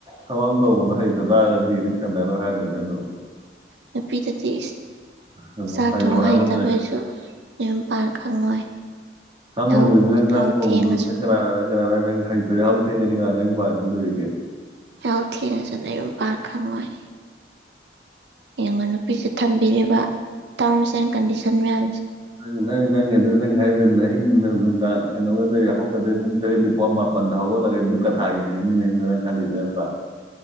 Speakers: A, on the right; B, on the right.
A: ꯊꯕꯝ ꯇꯧꯕꯗ ꯍꯩꯇ ꯇꯥꯔꯒꯗꯤ ꯅꯪ ꯆꯟꯅꯔꯣꯏ ꯍꯥꯏꯗꯣꯏꯅꯦ ꯑꯗꯨ
B: ꯅꯨꯄꯤꯗꯗꯤ
A: ꯍꯩꯕ
B: ꯆꯥꯛ ꯊꯣꯡ
A: ꯍꯥꯏꯕ
B: ꯍꯩꯇꯕꯁꯨ
A: ꯑꯃ ꯂꯩ
B: ꯌꯌꯨꯝꯄꯥꯟ ꯈꯪꯉꯣꯏ
A: ꯈꯪꯉꯣꯏꯗꯣꯏꯕꯅꯤꯅ
B: ꯌꯥꯍꯧ
A: ꯍꯛꯁꯥꯛ
B: ꯌꯥꯍꯧ
A: ꯊꯣꯡꯗ꯭ꯔꯕꯅꯤꯅ
B: ꯊꯦꯡꯉꯁꯨ
A: ꯀꯅꯥꯅꯣ ꯅꯪ ꯀꯔ ꯅꯪ ꯅꯪ ꯍꯩꯇꯣ ꯌꯥꯎ ꯊꯦꯡꯒꯅꯤꯀ ꯅꯪ ꯄ ꯈꯪꯗꯣꯏꯦ
B: ꯑꯦ ꯊꯦꯡꯁ ꯅꯨ ꯄꯥ ꯈꯉꯣꯏ ꯌꯦꯉꯅ ꯅꯨꯄꯤꯁꯦ ꯊꯝꯕꯤꯔꯤꯕ ꯇꯥꯔꯝꯁ ꯑꯦꯟ ꯀꯟꯗꯤꯁꯟ ꯃꯌꯥꯝꯁꯦ
A: ꯅꯪ ꯅꯪ ꯅꯪ ꯑꯗꯨ ꯅꯪ ꯈ ꯑꯍꯤꯡ ꯅꯨꯡꯡ ꯀꯩꯅꯣ ꯍꯧꯒꯗ꯭ꯔꯦ ꯄꯨꯡ ꯇꯔꯦꯠ ꯅꯤꯄꯥ ꯃꯥꯄꯟꯗ ꯍꯧꯒꯠꯂꯒ ꯗꯨꯛꯀ ꯊꯥꯒꯁꯤꯅꯦ ꯃꯤ ꯃꯌꯨꯝꯗ ꯅꯪ ꯈꯜꯂꯤꯁꯤ ꯅꯠꯇ꯭ꯔꯥ